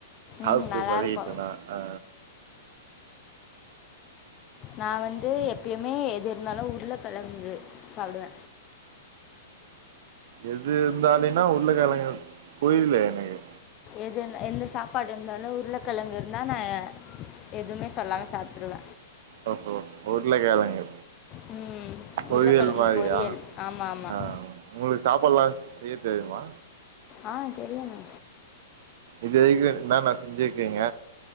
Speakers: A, on the right (about 50°); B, on the left (about 25°).
A: சாப்ட்டு
B: ம் நல்லாயிருக்கும்
A: பழகிட்டேனா அ
B: நா வந்து எப்பயுமே எது இருந்தாலு உருள கெழங்கு சாப்டுவ
A: எது இருந்தாலின்னா உருளகெழங்கு புரில எனக்கு
B: எது எந்த சாப்பாடு இருந்தாலு உருளகெழங்கு இருந்தா நா எதுவுமே சொல்லாம சாப்ட்ருவ
A: ஓ ஹோ உருளகெழங்கு
B: ம்
A: பொரியல்
B: உருளைக்கிழங்கு
A: மாரியா
B: பொரியல் ஆமாம் ஆமாம்
A: ஆ உங்களுக்கு சாப்பாடெல்லா செய்ய தெரியுமா
B: ஆ தெரியுமே
A: இது வரைக்கு என்னான்னா செஞ்சிருக்கிங்க